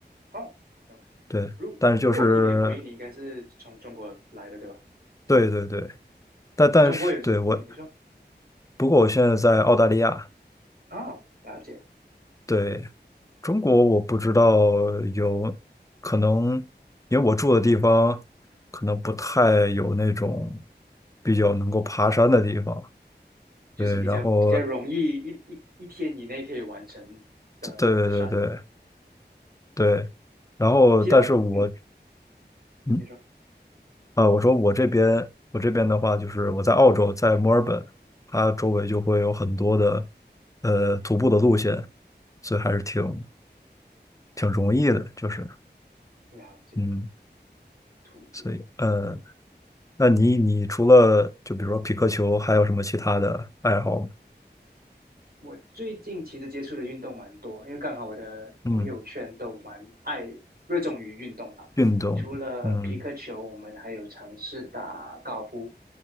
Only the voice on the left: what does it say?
对，
但是就是
对对对，但但是对我，
不过我现在在澳大利亚，
对，中国我不知道有可能，因为我住的地方可能不太有那种比较能够爬山的地方，
对，然后对对对对对，
然后但是我。
嗯。
啊，我说我这边，我这边的话，就是我在澳洲，在墨尔本，它周围就会有很多的呃徒步的路线，所以还是挺挺容易的，就是
嗯，
所以呃，那你你除了就比如说匹克球，还有什么其他的爱好吗？
嗯，运动，
嗯